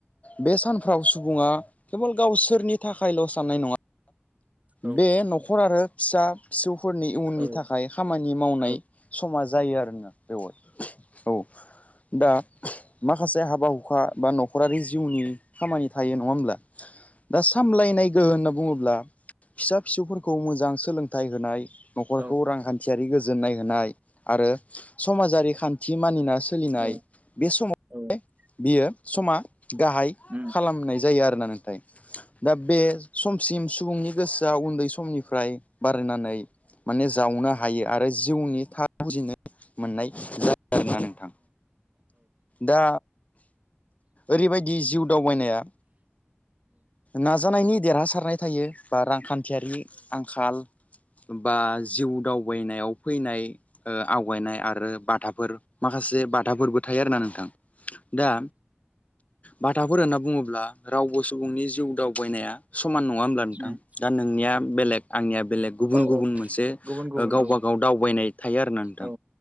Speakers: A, on the left; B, on the right.
A: बे सानफ्राव सुबुङा केबोल गावसोरनि थाखायल' साननाय नङा
B: औ
A: बे न'खर आरो फिसा फिसौफोरनि इयुननि
B: औ
A: थाखाय खामानि मावनाय
B: उम औ
A: समा जायो आरोना बेवहाय औ दा माखासे हा बा हुखा बा न'खरारि जिउनि खामानि थायो नङा होमब्ला दा सामलायनाय गोहो होनना बुङोब्ला फिसा फिसौफोरखौ मोजां सोलोंथाइ होनाय न'खरखौ
B: औ
A: रांखान्थियारि गोजोननाय होनाय आरो समाजारि खान्थि मानिना सोलिनाय
B: औ
A: बे समाव
B: उम
A: बियो समा गाहाय
B: उम
A: खालामनाय जायो आरोना नोंथाय दा बे सिम सुबुंनि गोसोआ उन्दै समनिफ्राय बा <unintelligible> माने जावनो हायो आरो जिउनि था <unintelligible> मोननाय जा <unintelligible> नोंथां दा ओरैबायदि जिउ दावबायनाया नाजानायनि देरहासारनाय थायो बा रांखान्थियारि आंखाल बा जिउ दावबायनायाव फैनाय ओ आवगायनाय आरो बाथाफोर माखासे बाथाफोरबो थायो आरोना नोंथां दा बाथाफोर होनना बुङोब्ला रावबो सुबुंनि जि व दावबायनाया समान नङा होमब्ला नोंथां
B: उम
A: दा नोंनिया बेलेग आंनिया बेलेग गुबुन
B: औ
A: गुबुन
B: औ
A: मोनसे
B: गुबुन गुबुन
A: गावबा
B: औ
A: गाव दावबायनाय थायो आरोना नोंथां
B: औ